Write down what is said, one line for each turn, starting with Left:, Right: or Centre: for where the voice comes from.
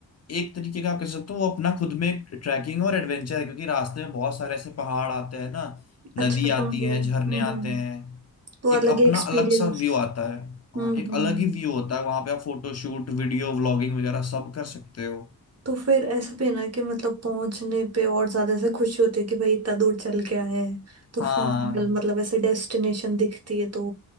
Left: एक तरीके का आप कह सकते हो वो अपना खुद में एक ट्रैकिंग और एडवेंचर है क्योंकि रास्ते में बहुत सारे ऐसे पहाड़ आते हैं ना नदी
Right: अच्छा तो
Left: आती
Right: मतलब
Left: है झरने
Right: हम्म हम्म,
Left: आते हैं
Right: तो
Left: एक
Right: अलग
Left: अपना
Right: एक्सपीरियंस
Left: अलग सा व्यू आता है हाँ
Right: हम्म
Left: एक
Right: हम्म
Left: अलग ही व्यू होता है वहां पे आप फोटो शूट वीडियो व्लॉगिंग वगैरह सब कर सकते हो
Right: तो फिर ऐसा भी है ना कि मतलब पहुंचने पे और ज्यादा से खुशी होती है कि भाई इतना दूर चल के आए हैं तो फाइनल
Left: हाँ
Right: मतलब ऐसे डेस्टिनेशन दिखती है तो